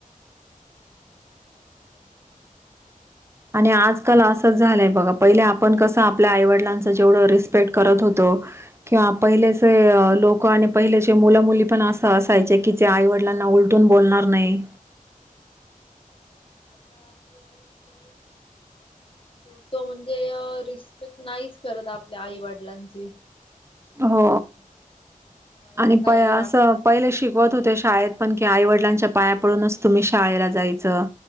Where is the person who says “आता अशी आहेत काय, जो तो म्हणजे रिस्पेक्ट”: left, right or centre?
Left